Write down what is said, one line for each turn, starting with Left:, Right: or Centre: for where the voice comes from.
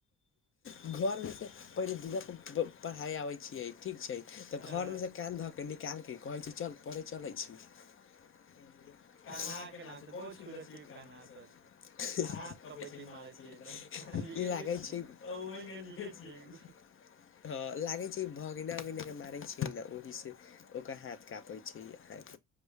Left: <unintelligible> घर मे से पहिले <unintelligible> पढ़ाई आबै छिये ठीक छै तऽ
Right: अ
Left: घरमे से धऽ के निकाल के कहै छी चल पढ़े चलै छी। <unintelligible>
Right: कान्हा के नाम से बहुत छूजल छियै कान्हा सर जी आ हाथ कपै छियै मारै छियै तऽ लिखै छियै तऽ ओहि मे लिखै छियै एगो
Left: ई ल ओहि से ओकर हाथ कापै छै, अ